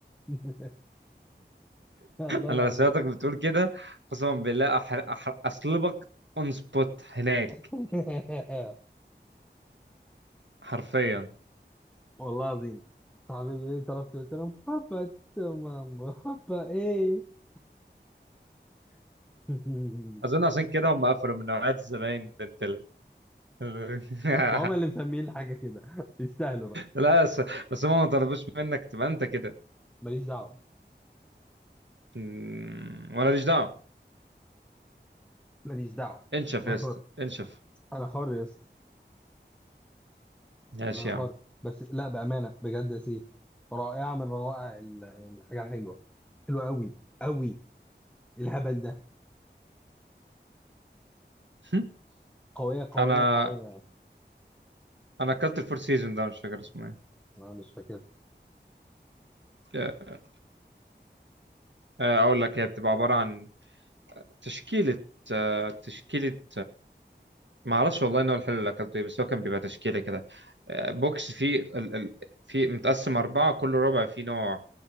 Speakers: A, in the centre; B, on the right.
A: <laughs> الله
B: انا
A: العظيم
B: لو سمعتك بتقول كده قسما بالله أحر... أحر... اصلبك اون سبوت هناك
A: <laughs>
B: حرفيا
A: والله العظيم صاحبي بيقول لي طلبت قلت لهم حبتي ام امه حبه ايه <laughs>
B: اظن عشان كده هم قفلوا من نوعية الزباين بنت ال... <laughs>
A: ما هم اللي مسميين الحاجه كده يستاهلوا بقى
B: لا بس بس هم ما طلبوش منك تبقى انت كده
A: ماليش دعوه
B: أمم، ولا ليش دعوه
A: ماليش دعوه
B: انشف
A: انا
B: يا اسطى
A: حر
B: انشف
A: انا حر يا اسطى
B: ماشي
A: انا
B: يا
A: حر
B: عم
A: بس لا بامانه بجد يا سيف رائعه من روائع ال- الحاجه الحلوه حلوه قوي قوي الهبل ده
B: <laughs>
A: قويه قويه
B: انا
A: قويه
B: انا اكلت الفور سيزون ده مش فاكر اسمه
A: انا مش فاكر
B: ايه آه، اقول لك هي بتبقى عباره عن تشكيله آه، تشكيله ما اعرفش والله ان هو الحلو اللي اكلته ايه بس هو كان بيبقى تشكيله كده آه، بوكس فيه ال... ال... فيه متقسم اربعه كل ربع فيه نوع